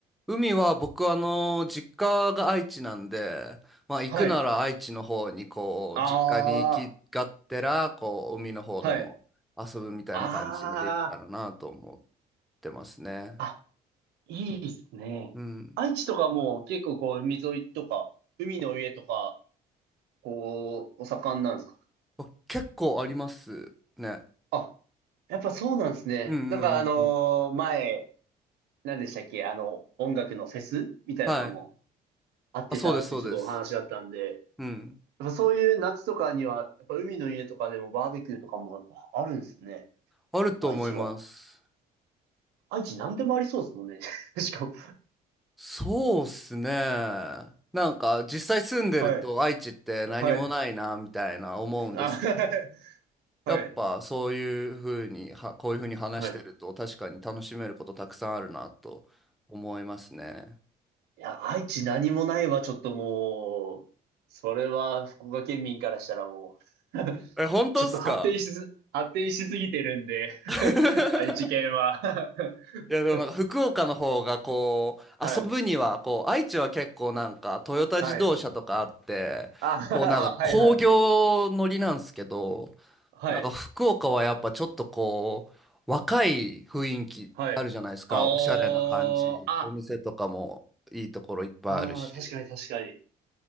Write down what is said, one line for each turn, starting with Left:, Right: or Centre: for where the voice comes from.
Centre: 海は僕あの実家が愛知なんで、まあ行くなら愛知の方にこう実家に行きがってらこう海の方でも遊ぶみたいな感じにできたらなと思っ
Right: はい。ああ、はい。あ
Centre: てますね。
Right: あ、あ、いいっすね。
Centre: うん。
Right: 愛知とかもう結構こう海沿いとか、海の上とか、こう、お盛んなんですか
Centre: あ結構ありますね。
Right: あ、やっぱそうなんですね。
Centre: うんうんうんうん。
Right: なんかあのー前、何でしたっけあの、音楽のフェスみたいなのも
Centre: はい。
Right: あってたってちょっとお話だったんで、
Centre: あ、そうですそうです。うん。
Right: やっぱそういう夏とかには、やっぱ海の家とかでもバーベキューとかもやっぱあるんですね。
Centre: あると思います。
Right: 愛知は。愛知何でもありそうですもんね。<laughs> しかも。
Centre: そうっすね。なんか実際住んでると愛知って何もないなみたいな思うんですけど。
Right: はい。はい。あ、<laughs> はい。
Centre: やっぱそういうふうにはこういうふうに話してると確かに楽しめることたくさんあるなと思いますね。
Right: はい。いや、愛知何もないわ、ちょっともう、それは福岡県民からしたらもう、
Centre: え、
Right: <laughs>
Centre: 本当っすか
Right: ちょっと発展しす、発展しすぎてるんで
Centre: <laughs>
Right: <laughs> 愛知県は <laughs>
Centre: いやでもなんか福岡の方がこう遊ぶにはこう愛知は結構なんかトヨタ自動車とかあってこうなんか工業乗りなんですけど
Right: はい。はい。あ、<laughs> はい、はい。はい、
Centre: なんか福岡はやっぱちょっとこう若い雰囲気あるじゃないですかおしゃれな感じお店とかもいいところいっぱいあるし。
Right: はい。あー、あ、あー、確かに確かに。